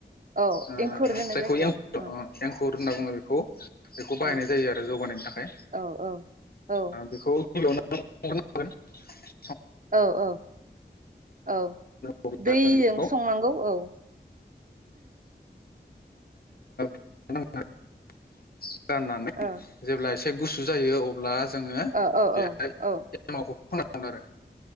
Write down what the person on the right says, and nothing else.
औ
एंखुर होनो
औ
औ
औ औ औ
औ औ औ
दैजों संनांगौ औ ओ।
ओ
ओ औ
औ औ।